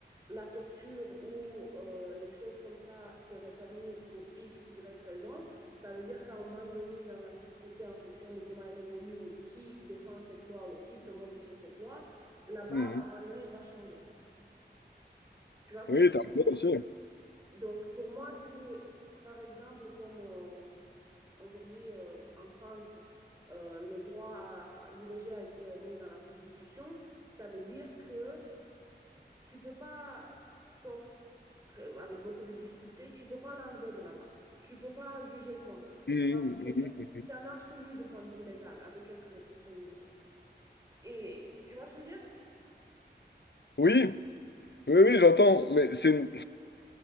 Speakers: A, on the right (about 20°); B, on the left (about 70°).
A: la torture ou euh, les choses comme ça seraient permises pour X, Y raison, ça veut dire qu'à un moment donné dans la société, en fonction de comment elle évolue ou qui défend cette loi ou qui peut modifier cette loi, la barre,
B: Mhm.
A: à un moment donné, elle va changer. Tu vois ce
B: Oui,
A: que je veux
B: t'as
A: dire?
B: raison aussi.
A: Donc, pour moi, c'est, par exemple, comme... euh, Aujourd'hui, euh, en France, euh, le droit à l'IVG a été mis dans la Constitution. Ça veut dire que tu peux pas, sauf très- avec beaucoup de difficultés, tu peux pas l'enlever de là-bas. Tu peux pas juger contre.
B: Mhm,
A: Tu vois ce que je
B: mhm.
A: veux dire?
B: mhm.
A: C'est un absolu de point de vue légal, avec quelques exceptions, bien sûr. Et tu vois ce que je veux dire?
B: Oui, oui, oui, j'entends. Mais c'est